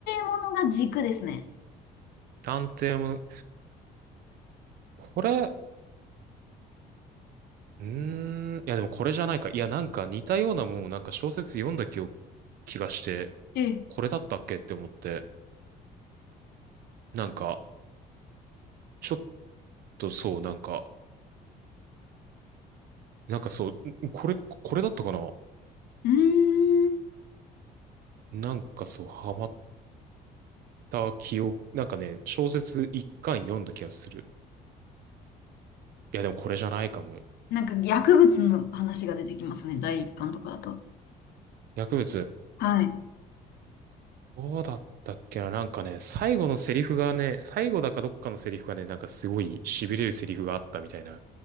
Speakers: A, on the left (about 70°); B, on the right (about 65°).
A: ものが軸ですね。
B: 探偵もの。これ、うーん、いやでもこれじゃないか。いやなんか似たようなもんをなんか小説読んだ記憶、気がして、
A: ええ。
B: これだったっけって思って、なんか、ちょっとそう、なんか、なんかそう、んこれ、これだったかな
A: うーん。
B: なんかそう、ハマった記憶、なんかね、小説一巻読んだ気がする。いやでもこれじゃないかも。
A: なんか薬物の話が出てきますね。第一巻とかだと。
B: 薬物。
A: はい。
B: どうだったっけななんかね、最後のセリフがね、最後だかどっかのセリフがね、なんかすごい痺れるセリフがあったみたいな。